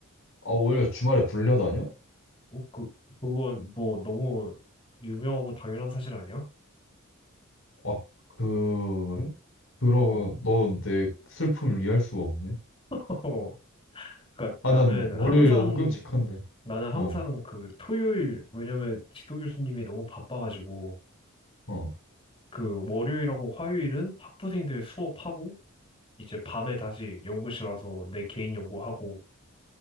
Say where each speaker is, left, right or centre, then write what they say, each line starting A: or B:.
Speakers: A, on the left (about 65°); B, on the left (about 25°).
A: 아, 오히려 주말에 불려다녀?
B: 어, 그, 그건 뭐 너무 유명하고 당연한 사실 아니야?
A: 아, 그래? 그러면
B: 어,
A: 넌 내 슬픔을 이해할 수가 없네.
B: <laughs> 그러니까
A: 아,
B: 나는
A: 난 월요일이
B: 항상
A: 너무 끔찍한데.
B: 나는 항상
A: 어,
B: 그 토요일, 왜냐면 지도 교수님이 너무 바빠가지고
A: 어,
B: 그 월요일하고 화요일은 학부생들 수업하고 이제 밤에 다시 연구실 와서 내 개인 연구하고